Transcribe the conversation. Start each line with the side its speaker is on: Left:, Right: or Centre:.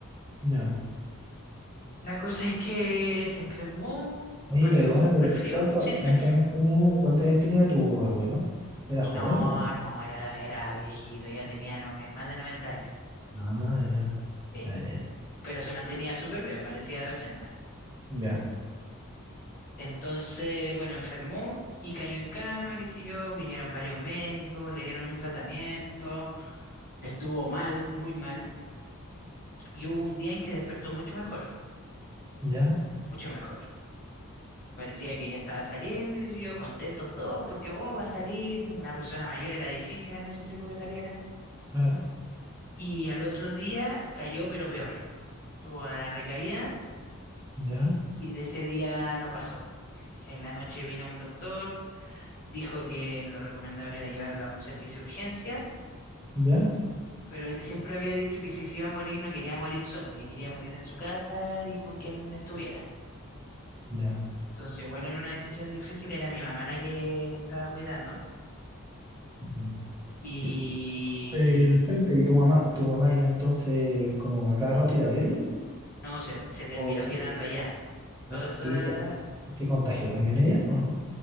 Right: ya,
Left: La cosa es que se enfermó,
Right: Oye,
Left: partió
Right: perdona,
Left: como un
Right: pero
Left: resfrío.
Right: ¿cuánto,
Left: Sí, dime.
Right: cuántos años tenía, cuántos años tenía tu abuelo? ¿Era joven
Left: No,
Right: o?
Left: no, era, era viejito, ya tenía nove- más de 90 años.
Right: Ah, ya,
Left: Sí,
Right: ya, ya,
Left: pero se mantenía súper bien, parecía de 80.
Right: ya,
Left: Entonces, bueno, enfermó y cayó en cama, qué sé yo, vinieron varios médicos, le dieron un tratamiento, estuvo mal, muy mal, y hubo un día en que despertó mucho mejor,
Right: ya,
Left: mucho mejor. Parecía que ya estaba saliendo, qué sé yo, contentos todos, porque oh, va a salir, una persona mayor era difícil en esos tiempos que saliera.
Right: ya,
Left: Y al otro día cayó, pero peor. Tuvo la recaída
Right: ya,
Left: y de ese día no pasó. En la noche vino un doctor, dijo que lo recomendable era llevarlo a un servicio de urgencia,
Right: ya,
Left: pero él siempre había dicho que si se iba a morir no quería morir solo, que quería morir en su casa y con quien estuviera.
Right: ya.
Left: Entonces, igual en una decisión difícil era mi mamá la que lo estaba cuidando
Right: Mm.
Left: y
Right: Sí. Eh, al frente, ¿y tu mamá, tu mamá iba entonces como a cada rato ir a verlo?
Left: no, se, se terminó
Right: ¿O se
Left: quedando
Right: quedó?
Left: allá. Todo
Right: Ah,
Left: eso,
Right: ¿y
Left: eh,
Right: ella se se contagió también ella? ¿O no?